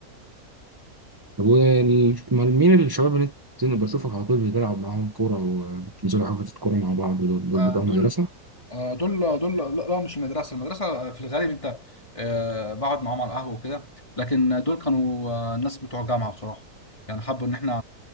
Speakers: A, on the right; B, on the left.
A: ومين الشباب اللي انت بشوفك على طول بتلعب معاهم كورة وبتنزلوا حجز الكورة مع بعض دول دول
B: آه،
A: بتوع
B: دول
A: المدرسة
B: آه، دول دول لا لا، مش المدرسه المدرسه في الغالب انت آه، بقعد معاهم على القهوه وكده لكن دول كانوا آه، الناس بتوع جامعه بصراحه يعني حبوا ان احنا